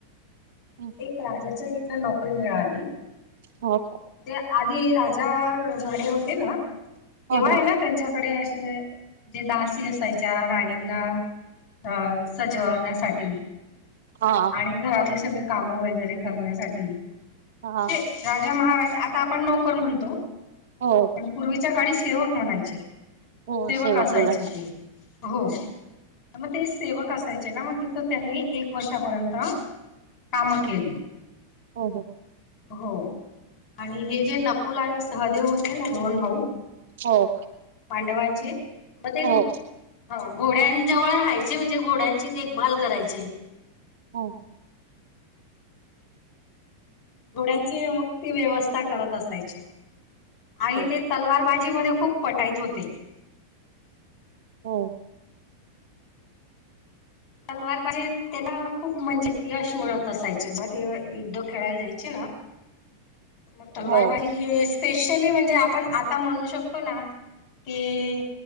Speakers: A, on the right (about 55°); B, on the left (about 40°).
A: हो हो
B: एक राजाच्या इथ नोकरी मिळाली
A: हो
B: म्हणजे आधी राजा रजवाडे होते ना?
A: हो
B: तेव्हा आहे ना त्यांच्याकडे असे जे दास सी असयच्या राणींना अ सजवण्यासाठी
A: हा
B: आणि घरातले सगळे काम वगैरे करण्यासाठीे म्हणजे
A: हा
B: महाराज आता आपण नोकर म्हणतो
A: हो
B: पण पूर्वीच्या काळी सेवक म्हणायचे
A: हो
B: सेवक असायची
A: बोलायचं
B: ते हो हा मग ते सेवक असायचे ना मग तिथं त्यांनी एक वर्षापर्यंत काम केली.
A: हो हो हो
B: हो आणि हे जे नकुल आणि सहदेव होत ना दोन भाऊ
A: हो
B: पांडवांचे मग ते
A: हो
B: ह घोड्यां जवळ राहायचे म्हणजे घोड्यांची देखभाल करायचे.
A: हो हो.
B: घोड्यांची मग ते व्यवस्था करत असायचे आणि
A: हो हो
B: ते तलवार बाजी मध्ये खूप पटाईत होते.
A: हो.
B: तलवार बाजीत त्यांना खूप म्हणजे यश मिळत असायचं म ते युद्ध खेळायला जायचे ना <unintelligible> त मग तलवारबाजी
A: हो
B: हेस स्पेशली म्हणजे आपण आता म्हणू शकतो ना की,